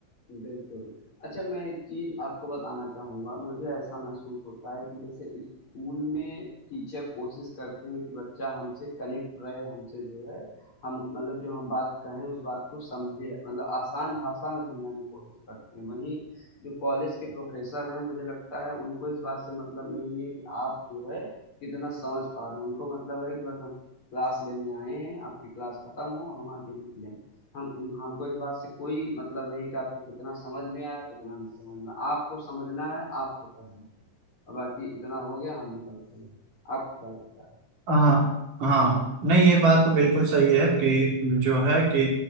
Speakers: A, on the left (about 40°); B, on the right (about 75°).
A: बिल्कुल। अच्छा मैं एक चीज़ आपको बताना चाहूँगा, मुझे ऐसा महसूस होता है कि जैसे स्कूल में टीचर कोशिश करते हैं कि बच्चा हमसे कनेक्ट रहे, हमसे जो है हम मतलब जो हम बात कहें उस बात को समझे, मतलब आसान भाषा में समझाने की कोशिश करते हैं। वहीं जो कॉलेज के प्रोफ़ेसर हैं, मुझे लगता है उनको इस बात से मतलब नहीं है कि आप जो है कितना समझ पा रहे हैं, उनको मतलब है कि बस हम क्लास लेने आए हैं, आपकी क्लास खत्म हो, हम आगे निकलें। हम हमको इस बात से कोई मतलब नहीं कि आपको कितना समझ में आया कितना नहीं समझ में आया। आपको समझना है आपको पढ़ना है और बाकी इतना हो गया हम निकलते हैं आपको क्या लगता है
B: हाँ हाँ नहीं ये बात तो बिल्कुल सही है कि जो है कि